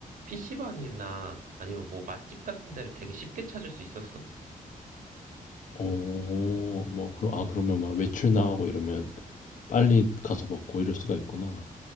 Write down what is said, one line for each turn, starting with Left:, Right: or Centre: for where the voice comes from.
Right: PC방이나 아니면 뭐 맛집 같은 데를 되게 쉽게 찾을 수 있었어.
Left: 어, 뭐, 그러, 아, 그러면 막 외출 나가고 이러면 빨리 가서 먹고 이럴 수가 있구나.